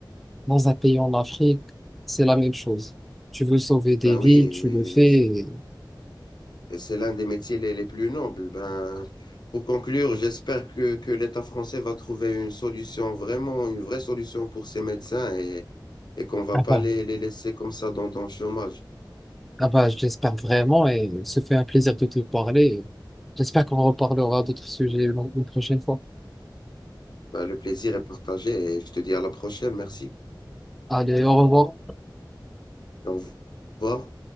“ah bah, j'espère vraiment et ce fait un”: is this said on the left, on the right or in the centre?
Centre